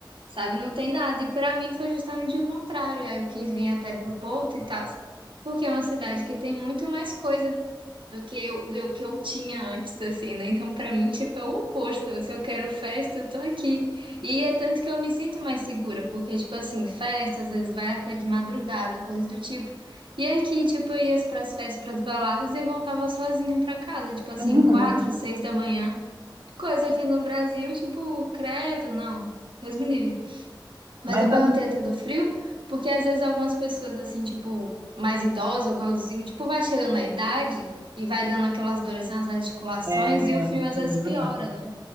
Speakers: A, on the right; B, on the right.
A: sabe? Não tem nada. E para mim foi justamente o contrário. Aí eu quis vir até pro Porto e tal, porque é uma cidade que tem muito mais coisa do que eu, do que eu tinha antes, assim, né? Então, para mim, tipo, é o oposto. Se eu quero festa, eu tô aqui. E é tanto que eu me sinto mais segura, porque, tipo assim, festa às vezes vai até de madrugada, coisas do tipo. E aqui, tipo, eu ia pras festas, pras baladas e eu voltava sozinha pra casa, tipo assim,
B: Uhum.
A: quatro, seis da manhã. Coisa que no Brasil, tipo, credo, não. Deus me livre. Mas
B: Mas
A: eu perguntei
B: a,
A: até do frio, porque às vezes algumas pessoas, assim, tipo, mais idosas ou quando, assim, tipo, vai chegando na idade e vai dando aquelas dores nas articulações
B: é,
A: e o frio
B: é
A: às
B: verdade.
A: vezes piora, né?